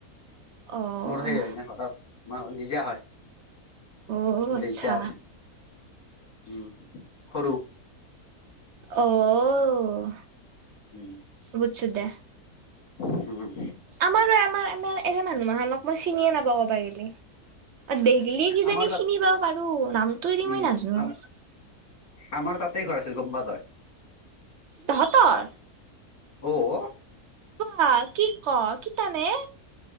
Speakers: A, on the right; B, on the left.
A: অ',
B: মোৰ সেই হয় না ঘৰৰ, আমাৰ চুন নিজৰ হয়।
A: অ', আচ্ছা
B: দেইতাৰ, উম, সৰু।
A: অ',
B: উম
A: বুজিছোঁ দে।
B: উম।
A: আমাৰো আমাৰ আমাৰ এনে মানুহক মই চিনিয়ে নাপাও সপায় এইগেলি। দেখলি কিজানি
B: আমাৰ তাত
A: চিনি পাব পাৰো নামটো এ দি
B: উম
A: মই নাজানো।
B: আম আমাৰ তাতে ঘৰ আছিল গম পোৱা তই?
A: তহঁতৰ?
B: অ
A: বা কি কও কিতানে